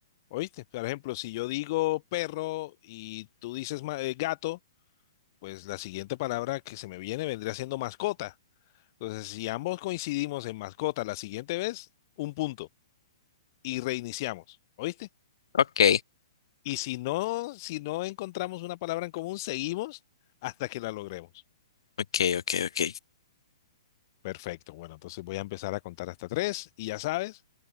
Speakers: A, on the left (about 45°); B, on the left (about 75°).
A: ¿Oíste? Por ejemplo, si yo digo perro y tú dices ma- eh, gato, pues la siguiente palabra que se me viene vendría siendo mascota. Entonces, si ambos coincidimos en mascota la siguiente vez, un punto y reiniciamos. ¿Oíste?
B: Ok,
A: Y si no, si no encontramos una palabra en común, seguimos hasta que la logremos.
B: ok, ok, ok,
A: Perfecto. Bueno, entonces voy a empezar a contar hasta tres y ya sabes.